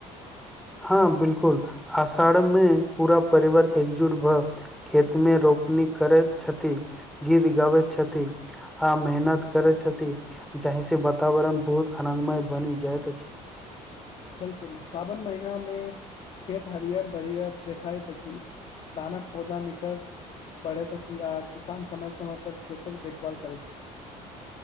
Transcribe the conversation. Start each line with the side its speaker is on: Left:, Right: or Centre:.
Centre: हँ बिलकुल, आषाढ़मे पूरा परिवार एकजुट भ खेतमे रोपनी करैत छथि, गीत गाबैत छथि। आ मेहनत करैत छथि जाहि से वातावरण बहुत आनंदमय बनि जाइत अछि।
Left: बिलकुल सावन महिना मे खेत हरियर बरियर देखाइत अछि। धानक पौधा निकस बढ़ैत अछि आ किसान समय समय पर खेतक देखभाल करैत छथि।